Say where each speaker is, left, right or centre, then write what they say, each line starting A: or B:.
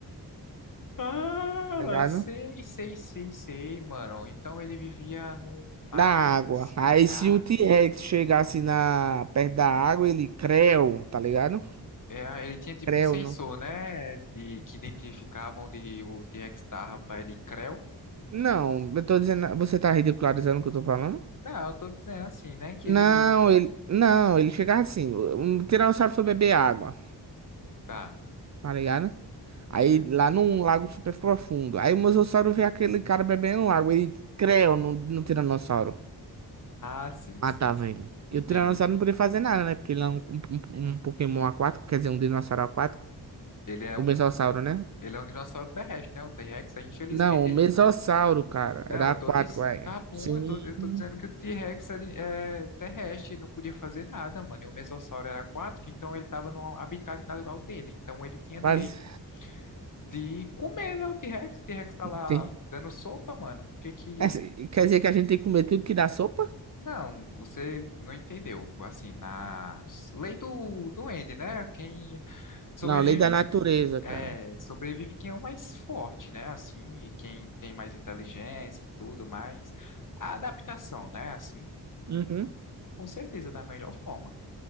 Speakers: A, on the left; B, on the right.
A: Ah,
B: tá ligado?
A: sei, sei, sei, sei, mano. Então ele vivia no mares,
B: Da água.
A: assim.
B: Aí
A: Ah,
B: se o T-Rex chegasse na, perto da água, ele creu, tá ligado?
A: é, ele tinha tipo
B: Creu,
A: um sensor,
B: não.
A: né? De, que identificava onde o T-Rex tava pra ele creu.
B: Não, eu tô dizendo. Você tá ridicularizando o que eu tô falando?
A: Não, eu tô dizendo assim, né? Que
B: Não,
A: ele.
B: ele. Não, ele chegava assim. Um tiranossauro foi beber água,
A: Tá.
B: tá ligado? Aí
A: uhum.
B: lá num lago super profundo. Aí o Mosasauro vê aquele cara bebendo água. Ele creu no, no Tiranossauro.
A: Ah, sim,
B: Matava
A: sim, sim.
B: ele.
A: Entendi.
B: E o Tiranossauro não podia fazer nada, né? Porque ele é um, um, um um Pokémon aquático, quer dizer, um dinossauro aquático.
A: Ele é
B: O
A: um,
B: Mesossauro, né?
A: ele é um dinossauro terrestre, né? O T-Rex, aí, infelizmente,
B: Não, o
A: ele
B: Mesossauro, cara.
A: Não,
B: Era
A: eu
B: aquático,
A: tô diz...
B: é
A: Tá bom,
B: Sim.
A: eu tô, eu tô dizendo que o T-Rex é, de- é terrestre, não podia fazer nada, mano. E o Mesossauro era aquático, então ele tava no habitat natural dele. Então ele tinha direito
B: Mas
A: de comer, né, o T-Rex. O T-Rex tá lá
B: tem.
A: dando sopa, mano. O que que...
B: é, Quer dizer que a gente tem que comer tudo que dá sopa?
A: Não, você não entendeu. Assim, na lei do duende, né? Quem sobrevive,
B: Não, lei da natureza,
A: é,
B: cara.
A: sobrevive quem é o mais forte, né? Assim, e quem tem mais inteligência e tudo mais. A adaptação, né? Assim.
B: Uhum.
A: Com certeza, da melhor forma.